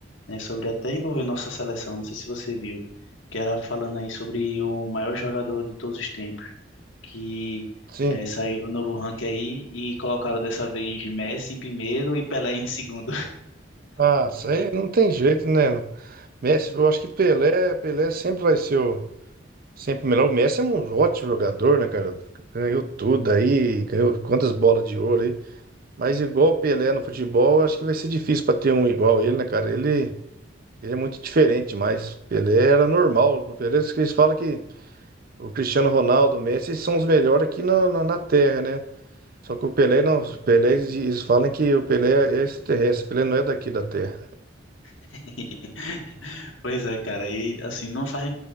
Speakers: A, on the left; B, on the right.
A: né, sobre até envolver nossa seleção, não sei se você viu, que era falando aí sobre o maior jogador de todos os tempos, que
B: Sim.
A: eh, saiu o novo ranking aí e colocaram dessa vez Messi em primeiro e Pelé em segundo.
B: Ah, isso aí não tem jeito, né? Messi, eu acho que Pelé, Pelé sempre vai ser o. Sempre o melhor. O Messi é um ótimo jogador, né, cara? Ganhou tudo aí, ganhou quantas bolas de ouro aí. Mas igual o Pelé no futebol, acho que vai ser difícil pra ter um igual ele, né, cara? Ele, ele é muito diferente, mas Pelé era normal. O Pelé, eles falam que. O Cristiano Ronaldo, o Messi são os melhores aqui na, na, na Terra, né? Só que o Pelé não. O Pelé, eles eles falam que o Pelé é extraterrestre. O Pelé não é daqui da Terra.
A: <laughs> Pois é, cara, e assim, não faz,